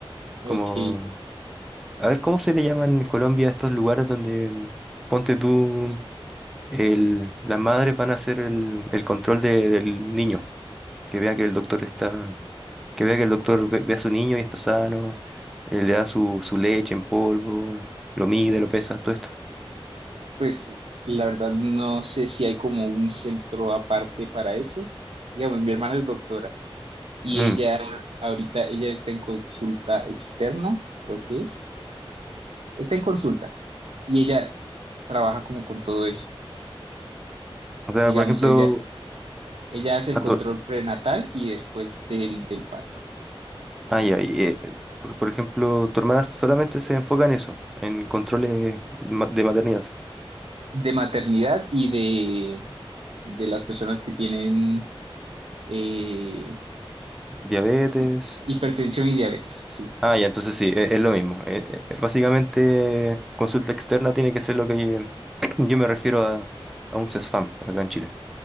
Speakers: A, on the right; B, in the centre.
A: ok.
B: Como, a ver, ¿cómo se le llaman en Colombia a estos lugares donde, ponte tú, el, las madres van a hacer el, el control de- del niño, que vea que el doctor está, que vea que el doctor ve, ve a su niño y está sano, eh, le da su, su leche en polvo, lo mide, lo pesa, todo esto.
A: Pues la verdad no sé si hay como un centro aparte para eso. Digamos, mi hermana es doctora y
B: Mm.
A: ella ahorita, ella está en consulta externa, creo que es. Está en consulta y ella trabaja como con todo eso.
B: O sea,
A: Digamos,
B: por ejemplo,
A: ella, ella hace el
B: Ah,
A: control
B: tu-
A: prenatal y después del, del parto,
B: ay, ay, eh, por, por ejemplo, tu hermana solamente se enfoca en eso, en controles ma- de maternidad,
A: de maternidad y de, de las personas que tienen eh,
B: diabetes.
A: hi- hipertensión y diabetes, sí.
B: Ah, ya, entonces sí, e- es, lo mismo. Eh, eh, básicamente, consulta externa tiene que ser lo que <clears throat> yo me refiero a, a un CESFAM acá en Chile,